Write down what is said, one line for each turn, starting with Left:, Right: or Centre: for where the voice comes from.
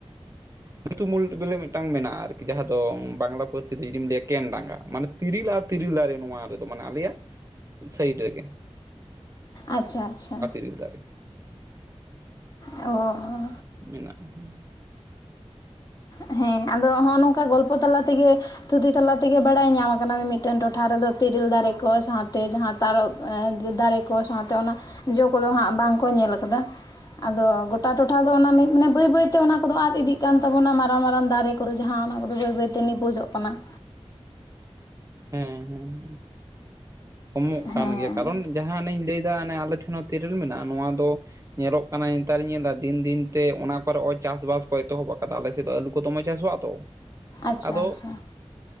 Right: ᱧᱩᱛᱩᱢ ᱩᱞ ᱵᱮᱞᱮ ᱢᱤᱫᱴᱟᱝ ᱢᱮᱱᱟᱜᱼᱟ ᱟᱨᱠᱤ ᱡᱟᱦᱟᱸ ᱫᱚ ᱵᱟᱝᱞᱟ ᱯᱟᱹᱨᱥᱤ ᱫᱚ ᱡᱩᱫᱤᱢ ᱞᱟᱹᱭᱟ ᱠᱮᱱᱫᱰᱟᱸᱜᱟ ᱢᱟᱱᱮ ᱛᱤᱨᱤᱞ ᱟᱨ ᱛᱤᱨᱤᱞ ᱫᱟᱨᱮ ᱱᱚᱣᱟ ᱨᱮᱫᱚ ᱢᱟᱱᱮ ᱟᱞᱮᱭᱟᱜ ᱥᱟᱭᱤᱰ ᱨᱮᱜᱮ ᱾
Left: ᱟᱪᱪᱷᱟ ᱟᱪᱪᱷᱟ,
Right: ᱤᱧ ᱫᱟᱨᱮ᱾
Left: ᱚᱻ
Right: ᱢᱮᱱᱟᱜ ᱦᱩᱸ
Left: ᱦᱮᱸ ᱟᱫᱚ ᱱᱚᱜ-ᱚ ᱱᱚᱝᱠᱟ ᱜᱚᱞᱯᱚ ᱛᱟᱞᱟ ᱛᱮᱜᱮ ᱛᱷᱩᱛᱤ ᱛᱟᱞᱟ ᱛᱮᱜᱮ ᱵᱟᱲᱟᱭ ᱧᱟᱢ ᱟᱠᱟᱱᱟ ᱢᱤᱫᱴᱮᱱ ᱴᱚᱴᱷᱟ ᱨᱮᱫᱚ ᱛᱤᱨᱤᱞ ᱫᱟᱨᱮ ᱠᱚ ᱥᱟᱶᱛᱮ ᱡᱟᱦᱟᱸ ᱛᱟᱨᱚᱵ ᱫᱟᱨᱮ ᱠᱚ ᱥᱟᱶᱛᱮ ᱚᱱᱟ ᱡᱚ ᱠᱚᱫᱚ ᱦᱟᱸᱜ ᱵᱟᱝ ᱠᱚ ᱧᱮᱞ ᱟᱠᱟᱫᱟ᱾ ᱟᱫᱚ ᱜᱚᱴᱟ ᱴᱚᱴᱷᱟ ᱫᱚ ᱚᱱᱟ ᱵᱟᱹᱭ ᱵᱟᱹᱭᱛᱮ ᱚᱱᱟ ᱠᱚᱫᱚ ᱟᱫ ᱤᱫᱤᱜ ᱠᱟᱱ ᱛᱟᱵᱚᱱᱟ ᱢᱟ- ᱨᱟᱝ ᱢᱟᱨᱟᱝ ᱫᱟᱨᱮ ᱠᱚᱫᱚ ᱡᱟᱦᱟᱸ ᱚᱱᱟ ᱠᱚᱫᱚ ᱵᱟᱹᱭ ᱵᱟᱹᱭᱛᱮ ᱱᱤᱯᱩᱡᱚᱜ ᱠᱟᱱᱟ᱾
Right: ᱦᱮᱸ ᱦᱮᱸ ᱦᱮᱸ, ᱠᱚᱢᱚᱜ
Left: ᱦᱮᱸ
Right: ᱠᱟᱱ ᱜᱮᱭᱟ ᱠᱟᱨᱚᱱ ᱡᱟᱦᱟᱸ ᱮᱱᱟᱝ ᱤᱧ ᱞᱟᱹᱭᱫᱟ ᱚᱱᱮ ᱟᱞᱮ ᱴᱷᱮᱱ ᱦᱚᱸ ᱛᱮᱨᱮᱞ ᱢᱮᱱᱟᱜ-ᱟ᱾ ᱱᱚᱣᱟ ᱫᱚ ᱧᱮᱞᱚᱜ ᱠᱟᱱᱟ ᱱᱮᱛᱟᱨ ᱤᱧ ᱧᱮᱞᱫᱟ ᱫᱤᱱ ᱫᱤᱱᱛᱮ ᱚᱱᱟ ᱠᱚᱨᱮ ᱪᱟᱥ-ᱵᱟᱥ ᱠᱚ ᱮᱛᱚᱦᱚᱵ ᱟᱠᱟᱫᱟ ᱟᱞᱮ ᱥᱮᱫ ᱫᱚ ᱟᱞᱩ᱾ ᱠᱚ ᱫᱚᱢᱮ ᱪᱟᱥᱚᱜ-ᱟ ᱛᱚ
Left: ᱟᱪᱪᱷᱟ
Right: ᱟᱫᱚ
Left: ᱟᱪᱪᱷᱟ